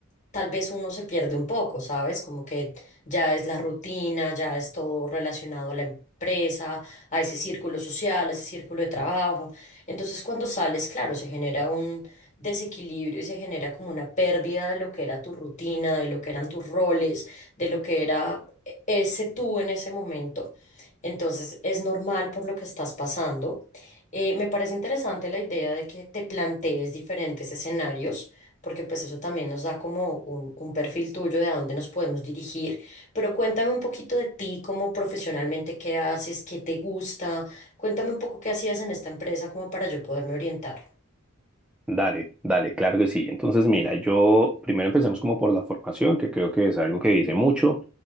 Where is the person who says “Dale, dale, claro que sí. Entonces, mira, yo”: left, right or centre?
Centre